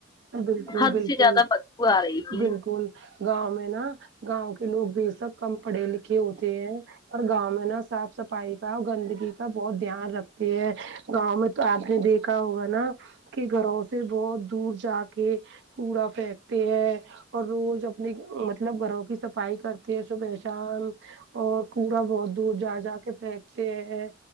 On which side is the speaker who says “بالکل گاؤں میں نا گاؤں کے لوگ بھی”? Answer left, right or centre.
Right